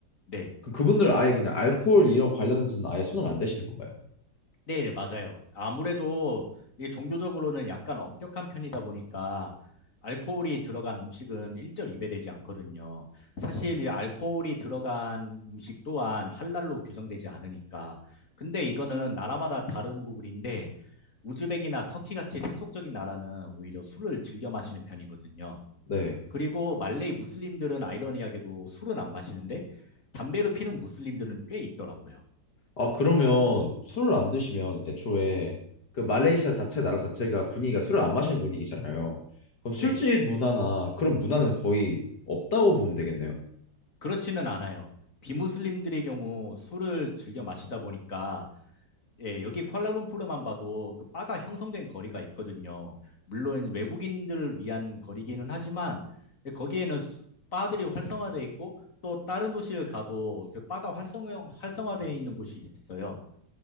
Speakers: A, on the left; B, on the left.
A: 네.
B: 그 그분들 아예 그냥 알코올 이런 관련해서는 아예 손을 안 대시는 건가요?
A: 네, 네, 맞아요. 아무래도 이게 종교적으로는 약간 엄격한 편이다 보니까 알코올이 들어간 음식은 일절 입에되지 않거든요. 사실 이 알코올이 들어간 음식 또한 할랄로 규정되지 않으니까. 근데 이거는 나라마다 다른 부분인데 우즈벡이나 터키 같이 세속적인 나라는 오히려 술을 즐겨 마시는 편이거든요.
B: 네.
A: 그리고 말레이 무슬림들은 아이러니하게도 술은 안 마시는데 담배로 피는 무슬림들은 꽤 있더라고요.
B: 아, 그러면 술을 안 드시면 애초에 그 말레이시아 자체 나라 자체가 분위기가 술을 안 마시는 분위기잖아요. 그럼 술집
A: 네.
B: 문화나 그런 문화는 거의 없다고 보면 되겠네요.
A: 그렇지는 않아요. 비무슬림들의 경우 술을 즐겨 마시다 보니까 예, 여기 쿠알라룸푸르만 봐도 그 바가 형성된 거리가 있거든요. 물론 외국인들을 위한 거리기는 하지만 예, 거기에는 수- 바들이 활성화돼 있고 또 다른 도시를 가도 그 바가 활성 활성화되어 있는 곳이 있어요.